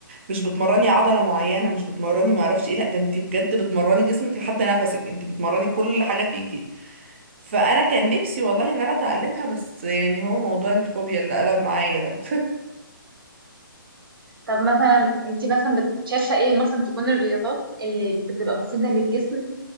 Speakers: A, on the right; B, on the right.
A: مش بتمرني عضله معينه مش بتمرني ما اعرفش ايه لا ده انت بجد بتمرني جسمك لحد نفسك انت بتمرني كل حاجه فيكي فانا كان نفسي والله ان انا اتعلمها بس يعني هو موضوع الفوبيا اللي قلب معايا ده
B: طب مثلا انت مثلا بت- شايفه ايه مثلا تكون الرياضات اللي بتبقى مفيده للجسم